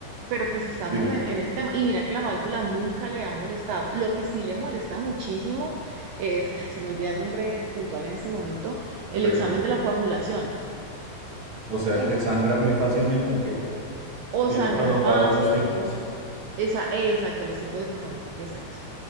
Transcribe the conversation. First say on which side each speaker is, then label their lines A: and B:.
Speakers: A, on the right (about 80°); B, on the right (about 40°).
A: pero pues estamos
B: dime,
A: en, en ese tema. Y mira que la válvula nunca le ha molestado. Lo que sí le molesta muchísimo es, ay, se me olvida el nombre puntual en este momento, el
B: ¿de
A: examen
B: qué?
A: de la coagulación.
B: O sea
A: Ese
B: que sangra
A: sí.
B: muy fácilmente o qué?
A: O
B: ¿Tiene
A: sangra
B: prolongados
A: fácil,
B: los tiempos?
A: esa, exacto, los tiempos de protomía, exacto.